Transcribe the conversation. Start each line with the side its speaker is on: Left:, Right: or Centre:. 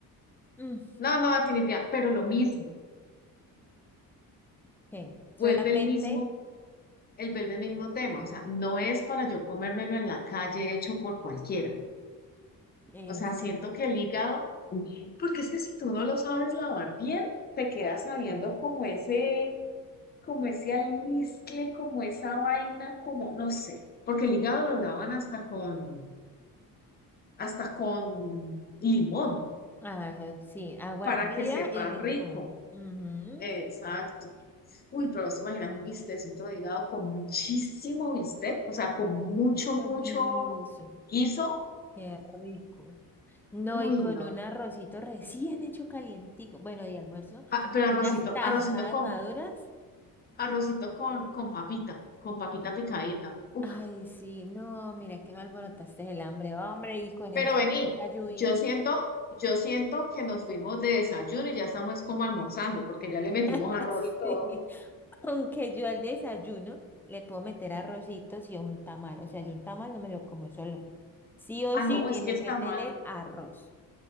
Centre: Mm,
Left: No, no, definitivamente, pero lo mismo
Centre: ¿Qué? Solamente
Left: vuelve el mismo el vuelve el mismo tema, o sea, no es para yo comérmelo en la calle hecho por cualquiera.
Centre: es,
Left: O sea, siento que el hígado, porque es que si tú no lo sabes lavar bien, te quedas sabiendo como ese, como ese almizcle, como esa vaina, como, no sé, porque el hígado lo lavan hasta con, hasta con limón,
Centre: ah, sí, agua
Left: para
Centre: hervida
Left: que sepa
Centre: y
Left: rico.
Centre: limón. Ujú.
Left: Exacto. Uy, pero se imaginas un bistecito de hígado con muchísimo bistec, o sea, con mucho,
Centre: Un
Left: mucho
Centre: juguito.
Left: guiso.
Centre: Qué rico. No,
Left: Uy,
Centre: y con
Left: no.
Centre: un arrocito recién hecho calientico, bueno, de almuerzo,
Left: Ah, pero
Centre: y
Left: arrocito,
Centre: unas tajadas
Left: arrocito con,
Centre: maduras.
Left: arrocito con, con papita, con papita picadita. Uf,
Centre: Ay, sí, no, mira que me alborotaste el hambre, hombre, y con
Left: Pero
Centre: esta
Left: vení,
Centre: lluvia.
Left: yo siento, yo siento que nos fuimos de desayuno y ya estamos como almorzando, porque ya le metimos
Centre: <laughs>
Left: arroz
Centre: Sí,
Left: y todo.
Centre: aunque yo al desayuno le puedo meter arrocitos y un tamal, o sea, yo un tamal no me lo como solo. Sí o
Left: Ah,
Centre: sí
Left: no,
Centre: tiene
Left: es que el
Centre: que
Left: tamal,
Centre: tener arroz.